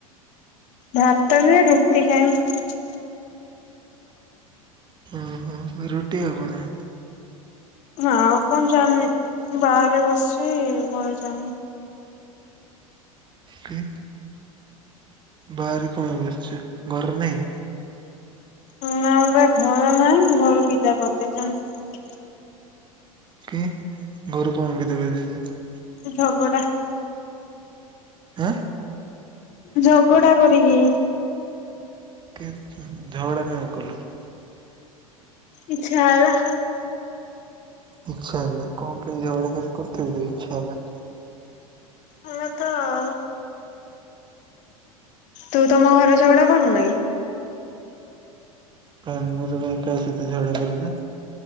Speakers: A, on the left; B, on the right.
A: ଭାତ ବି ରୁଟି ଖାଇବମି।
B: ଓ ହୋ ରୁଟି ଆଉକଣ?
A: ଆଉ କଣ ଯାନି ବାହାରେ ବସିଛି ଘ ଯା
B: କି ବାାରେ କଣ ପାଇଁ ବସିଚୁ ଘର ନାଇ?
A: ହିଁ ଆମରପା ଘର ନାଇଁ ଘରୁ ବିଦା କରିଦେଛନ।
B: କି ଘରୁ କଣ ବିଦା କରି ଦେଇଚନ୍ତି?
A: ଝଗଡ଼ା
B: ଆଁ?
A: ଝଗଡ଼ା କରିକି
B: କି ଝଗଡ଼ା କାଇଁ କଲୁ?
A: ଇଚ୍ଛା ହେଲା।
B: ଇଛା ହେଲା କଣ ପାଇଁ ଝାଗଡ଼ା କାଇଁ କରଥିଲୁକି ଇଛା ହେଲା।
A: ହେଲା ତ ଆଉ ତୁ ତମ ଘରେ ଝଗଡା କରୁନା କି?
B: କାଇଁ ମୁଁ ତ କାଇଁ କାହା ସଇତ ଝଗଡା କରେ ନା।